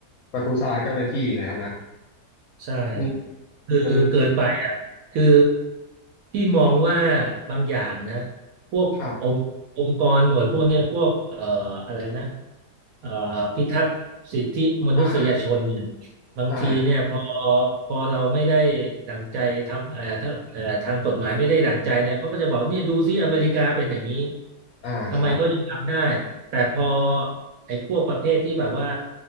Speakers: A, on the left; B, on the right.
A: ประทุษร้ายเจ้าหน้าที่แล้วนะ
B: ใช่
A: อืม
B: คือเกินไปอ่ะคือ
A: มัน
B: พี่มองว่าบางอย่างนะพวกองค์องค์กรหน่วยพวกเนี้ยพวกเอ่อ
A: ครับ
B: อะไรนะเอ่อพิทักษ์สิทธิมนุษยชนเนี่ย
A: อ่า
B: บางทีเนี่ยพอ
A: ใช่ครับ
B: พอเราไม่ได้ดั่งใจทำเอ่อถ้าเอ่อทางกฎหมายไม่ได้ดั่งใจเนี่ยเขาก็จะบอกเนี่ยดูซิอเมริกาเป็นอย่างนี้
A: อ่าครับ
B: ทำไมเขายังทำได้ แต่พอไอ้พวกประเภทที่แบบว่า